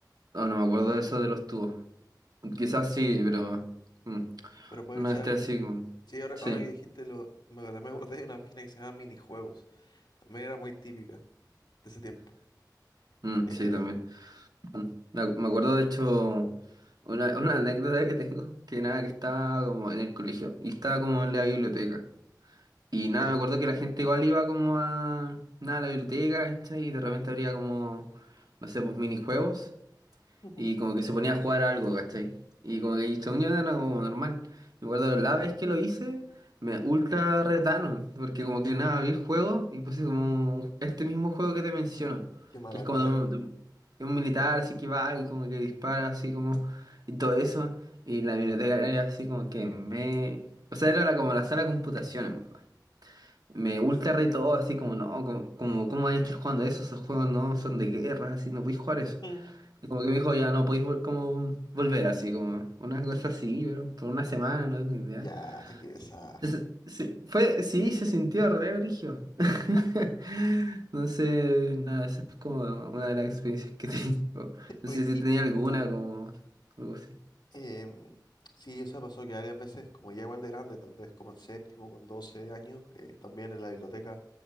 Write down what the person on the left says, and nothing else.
pero puede
que sea
el mismo.
Sí, ahora,
ahora que dijiste lo, me acordé me acordé de una página que se llama Minijuegos, también era muy típica de ese tiempo.
Eh,
ya,
<laughs>
qué mala
cueva.
<laughs>
Ya, qué pesada.
Oye,
y
em, sí, o sea, pasó que varias veces, como ya igual de grande, tal vez como en séptimo, con 12 años, eh, también en la biblioteca